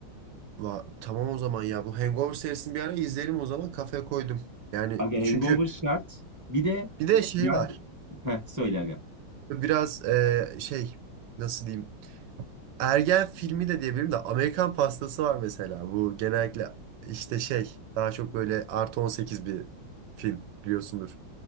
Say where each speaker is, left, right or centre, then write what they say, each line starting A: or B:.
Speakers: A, on the right; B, on the right.
A: Va- Tamam o zaman ya. Bu Hangover serisini bir ara izleyelim o zaman. Kafaya koydum. Yani
B: Aga Hangover
A: çünkü
B: şart. Bir de
A: bir de şey
B: ya
A: var.
B: heh, söyle aga.
A: Biraz e, şey nasıl diyeyim. ergen filmi de diyebilirim de Amerikan Pastası var mesela. Bu genellikle işte şey daha çok böyle artı 18 bir film biliyorsundur.